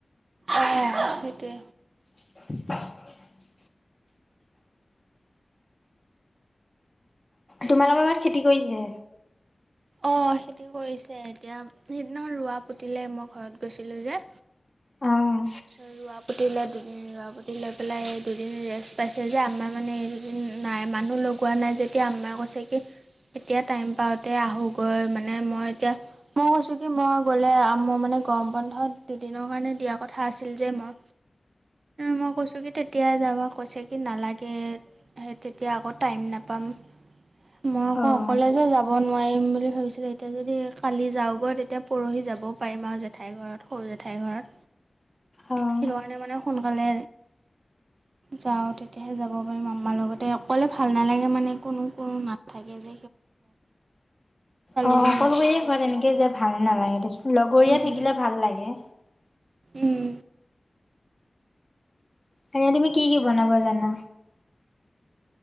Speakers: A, on the right; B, on the left.
A: অ, সেইটোৱে।
B: <inaudible> তোমালোকৰ লগত খেতি কৰিছিলে?
A: অ, খেতি কৰিছে, এতিয়া সিদিনা ৰোৱা পুতিলে মই ঘৰত গৈছিলোঁ যে,
B: অ',
A: ৰোৱা পুটিলে দুদিন আগত, পুটি লৈ পেলাই দুদিন ৰেষ্ট পাইছে যে, আমাৰ মানে এই দুদিন নাই মানুহ লগোৱা নাই যে এতিয়া আম্মাই কৈছে কি এতিয়া টাইম পাওঁতে আহোঁগৈ মানে মই এতিয়া মই কৈছো কি মই গ'লে মোৰ মানে গৰম বন্ধত দুদিনৰ কাৰণে দিয়া হয় কথা আছিল যে মই মই কৈছোঁ কি তেতিয়া যাব কৈছে কি নালাগে, সেই তেতিয়া আকৌ টাইম নাপাম, মই আকৌ
B: অ',
A: অকলে যে যাব নোৱাৰিম বুলি ভাবিছিলো, এতিয়া যদি কালি যাওঁগৈ তেতিয়া পৰহি যাবও পাৰিম মাজু জেঠাই ঘৰত সৰু জেঠাই ঘৰত।
B: অ',
A: সেই কাৰণে মানে সোনকালে যাওঁ তেতিয়াহে যাব পাৰিম আম্মাৰ লগতে অকলে ভাল নালাগে মানে কোনো কোনো নাথাকে। <inaudible>
B: অ, অকলশৰীয়া
A: এজনী আছে তাকো
B: ঘৰত
A: বিয়া
B: তেনেকে
A: হ'ল
B: যে ভাল নালাগে, লগৰীয়া
A: উম
B: থাকিলে ভাল লাগে।
A: উম,
B: এ তুমি কি কি বনাব জানা?